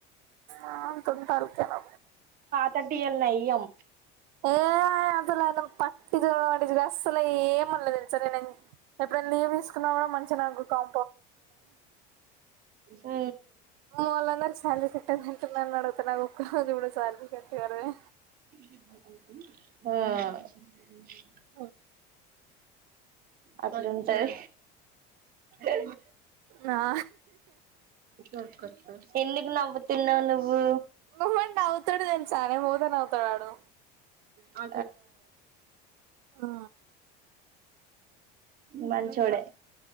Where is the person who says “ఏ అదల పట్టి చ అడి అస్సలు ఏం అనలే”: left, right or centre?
Right